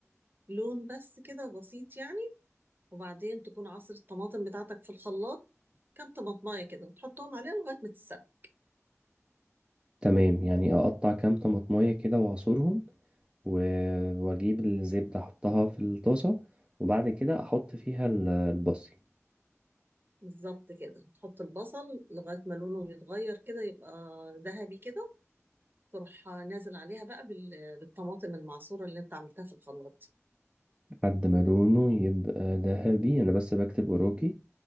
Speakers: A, on the right; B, on the right.
A: لون بس كده بسيط يعني وبعدين تكون عصر الطماطم بتاعتك في الخلاط كام طماطمايه كده وتحطهم عليها لغايه ما تتسبك
B: تمام يعني اقطع كام طماطمية كده واعصرهم و... واجيب الزبدة احطها في الطاسة وبعد كده احط فيها ال- البصل
A: بالظبط كده تحط البصل لغايه ما لونه يتغير كده يبقى ذهبي كده تروح نازل عليها بقى بال- بالطماطم المعصوره اللي انت عملتها في الخلاط دي
B: لحد ما لونه يبقى ذهبي انا بس بكتب وراكي